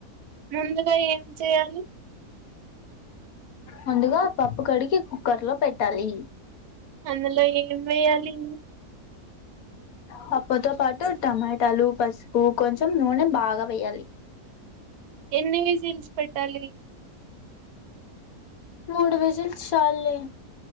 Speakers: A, on the right (about 80°); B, on the left (about 70°).
A: ముందుగా ఏం చేయాలి
B: ముందుగా పప్పు కడికి కుక్కర్ లో పెట్టాలి
A: అందులో ఏం వేయాలి
B: పప్పుతో పాటు టమాటాలు పసుపు కొంచెం నూనె బాగా వేయాలి
A: ఎన్ని విజల్స్ పెట్టాలి
B: మూడు విజిల్స్ చాల్లె